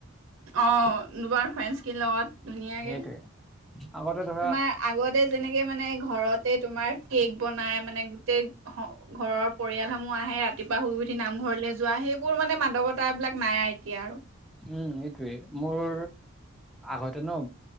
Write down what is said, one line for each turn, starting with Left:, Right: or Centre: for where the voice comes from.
Right: অ তোমাৰ ফ্ৰেন্স খিনি লগত ধুনীয়াকে
Centre: সেইটোৱে আগতে ধৰা
Right: তোমাৰ আগতে যেনেকে মানে ঘৰতে তোমাৰ কেক্ বনাই মানে গোটেই ঘ ঘৰৰ পৰিয়ালসমূহ আহে ৰাতিপুৱা শুই উঠি নামঘৰলে যোৱা সেইবোৰ মানে মানৱতা বিলাক নাই এতিয়া আৰু
Centre: উম এইটোৱে মোৰ আগতে ন